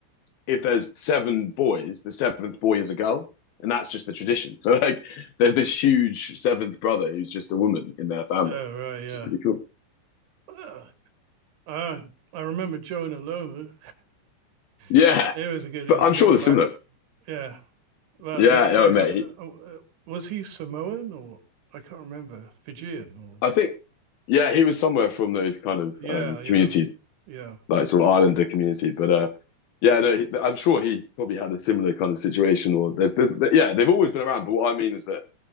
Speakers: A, on the left; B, on the right.
A: if there's seven boys, the seventh boy is a girl, and that's just the tradition. So like, there's this huge seventh brother who's just a woman in their family,
B: Oh, right, yeah.
A: which is pretty cool.
B: Oh, I I remember Jonah Lomu.
A: Yeah,
B: <laughs> he was a good the
A: but I'm sure
B: Orval
A: they're similar.
B: Axe. Yeah, but
A: Yeah,
B: they, they
A: oh
B: have.
A: mate,
B: Uh, oh, uh, was he Samoan or I can't remember Fijian or
A: I think, yeah, he was somewhere from those kind of
B: yeah,
A: um,
B: yeah,
A: communities,
B: yeah.
A: like sort of Islander community. But uh, yeah, no, he- I'm sure he probably had a similar kind of situation. Or there's, there's, yeah, they've always been around. But what I mean is that